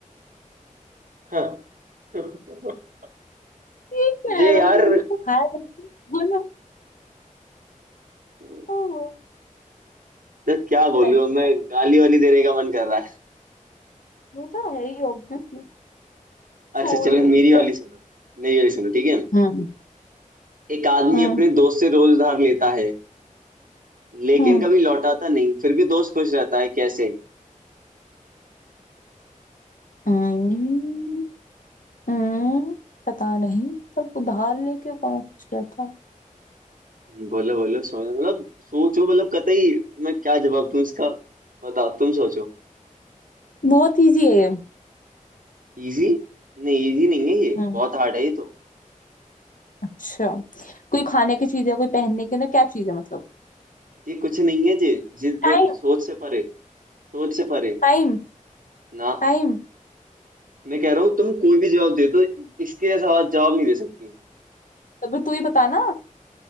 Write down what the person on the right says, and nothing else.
हाँ <laughs>
जे
यार
मतलब
क्या बोलूं
अब
मैं गाली वाली देने का मन कर रहा है
अच्छा चलो
मेरी
वाली सुनो मेरी वाली सुनो ठीक है
एक आदमी
अपने दोस्त से रोज उधार लेता है लेकिन
कभी लौटाता नहीं फिर भी दोस्त खुश रहता है कैसे
बोलो बोलो सो मतलब सोचो मतलब कतई मैं क्या जवाब दूं इसका बताओ तुम सोचो
इजी नहीं इजी नहीं है ये
बहुत हार्ड है ये तो
ये कुछ नहीं है जी जिद
सोच से परे सोच से परे
ना
मैं कह रहा हूँ तुम कोई भी जवाब दे दो इसके जैसा आवाज जवाब नहीं दे सकती